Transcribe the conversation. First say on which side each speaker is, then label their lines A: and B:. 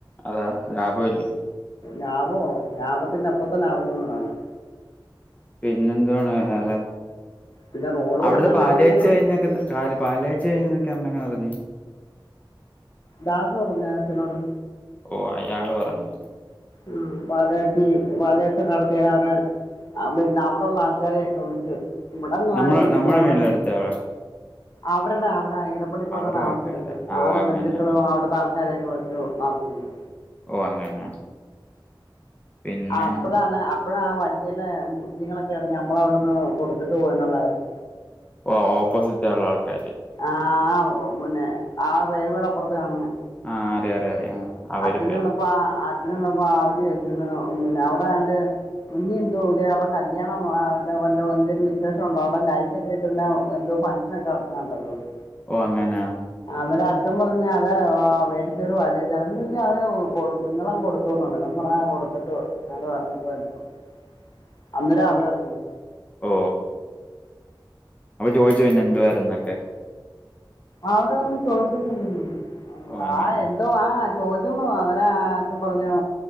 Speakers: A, on the left (about 15°); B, on the left (about 50°).
A: അതാ ലാഭം ഇല്ലേ
B: ലാഭോ ലാഭത്തിന്റെ അപ്പത്തലാഭോന്ന് പറയണം
A: പിന്നെന്തുവാണ് വേറെ
B: പിന്നെ റോഡൂടെ
A: അവിടത്തെ
B: എങ്ങാനും
A: പാല്കാഴ്ച്ച
B: എന്തെങ്കിലും
A: കഴിഞ്ഞക്ക കല് പാലാഴ്ചഴഞ്ഞൊക്ക അമ്മ എങ്ങെനെ അറിഞ്ഞു
B: ദാസ് പറഞ്ഞു അച്ചനോട്‌
A: ഓ അയാള് പറഞ്ഞു
B: ഉം പാലാച്ചി പാലാച്ചി നടത്തി അവടെ ആ പിന്നെ അവിടെള്ള ആൾക്കാരെയൊക്കെ വിളിച്ച്ച് ഇവിടെന്നും
A: നമ്മളെ
B: ആരേം വിളിക്ക
A: നമ്മുടെ
B: എട
A: വീടിന്റെ അടുത്ത ആളാ
B: അവരുടെ അവിടെ അവരുടെഇടപ്പള്ളിക്കോടെ
A: അവരുടെ
B: താമസണ്ട്
A: ആൾക്കാരാ ആ
B: ആവിടെ
A: ഓ അങ്ങനെ
B: ബന്ധുക്കളും അവിടെത്തെ ആക്ക റേക്കെ വെച്ച് ആക്കിയെന്ന്
A: ഓ അങ്ങനെ പിന്നെ
B: അപ്പഴാണ് അപ്പഴ ആ വടിക്കന്ന് അപ്പളാ മുസ്ലിങ്ങളൊക്കെണ് ഞ്ഞമ്മളവ്ടുന്ന് കൊടുത്തിട്ട് പോയി ന്നുള്ളര്യം
A: ഓ ഓപ്പോസിറ്റ് ഒള്ള ആൾക്കാര്
B: ആ പിന്നെ ആ റെയിൽവേയുടെ അപ്പുറത്ത കാണുന്ന
A: ആഹ അറിയ അറ അറിയ ആ അവരൊക്കെ
B: അച്ഛൻ ചെന്നപ്പോ അഛ ചെന്നപ്പോ അവര് ചോയിച്ച്ന്ന് അവിടെയാണ്ട് ഇനി എന്തോ ഇതേ അവിടെ കല്യാണം വല്ലോം എന്തേലും വിശേഷമുണ്ടോ അവിടെ ലൈറ്റൊക്കെ ഇട്ടിന്ന എന്തോ ഫംഗ്ഷൻ ക്കെ നടന്ന് കണ്ടല്ലോന്ന്
A: ഓ അങ്ങനാ
B: അവര അച്ഛൻ പറഞ്ഞ അത പേടിച്ചരു പാല്കയിച്ചണ്ന്ന് ത് നിങ്ങളാൻ കൊടുത്തുന്നോ കൊടുത്തിട്ട് ഞ അനുഭവ പറഞ്ഞു അന്നേരം അവര്
A: ഓ
B: അറിഞ്ഞത്
A: ഓ ങ്ങൾ ചോയ്ച്ചോ പിന്നെന്തു വാര്ന്നൊക്കെ
B: അവിടെന്നും ചോദിച്ചിരുന്നില്ല
A: ഓ അങ്ങനെ
B: ആ എന്തോ ആ ചോദ്യന്നോ അങ്ങനെ ആത്തം പറഞ്ഞു